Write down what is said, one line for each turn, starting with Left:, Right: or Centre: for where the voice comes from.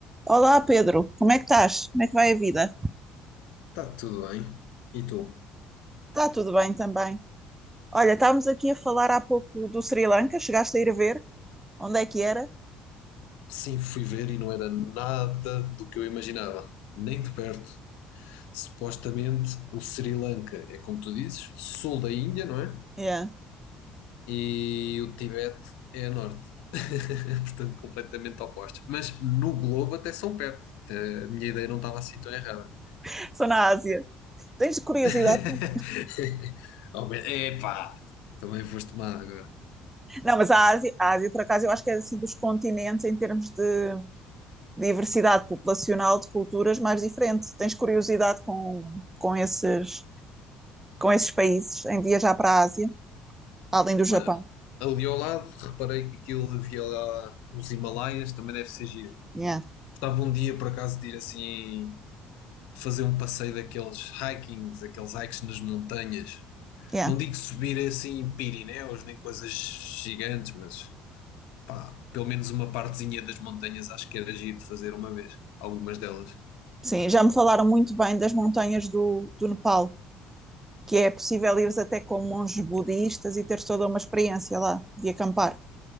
Right: Olá Pedro, como é que estás? Como é que vai a vida?
Left: Está tudo bem. E tu?
Right: Está tudo bem também. Olha, estávamos aqui a falar há pouco do Sri Lanka, chegaste a ir ver? Onde é que era?
Left: Sim, fui ver e não era nada do que eu imaginava, nem de perto. Supostamente o Sri Lanka é como tu dizes, sul da Índia, não é?
Right: Yeah.
Left: E o Tibete é a norte. <laughs> Portanto, completamente opostos. Mas no globo até são perto. Até a minha ideia não estava assim tão errada.
Right: <laughs> Sou na Ásia. Tens curiosidade
Left: <laughs>
Right: com...
Left: Ao menos- Epá! Também foste má agora.
Right: Não, mas a Ásia, a Ásia, por acaso, eu acho que é assim dos continentes em termos de diversidade populacional, de culturas mais diferente. Tens curiosidade com, com esses, com esses países em viajar para a Ásia, além do Japão?
Left: Olha, ali ao lado reparei que aquilo havia lá os Himalaias, também deve ser giro.
Right: Yeah,
Left: Gostava um dia, por acaso, de ir assim fazer um passeio daqueles hikings, aqueles hikes nas montanhas.
Right: yeah.
Left: Não digo subir assim em Pirineus nem coisas gigantes, mas pá, pelo menos uma partezinha das montanhas acho que era giro de fazer uma vez. Algumas delas.
Right: Sim, já me falaram muito bem das montanhas do, do Nepal. que é possível ires até com monges budistas e teres toda uma experiência lá de acampar.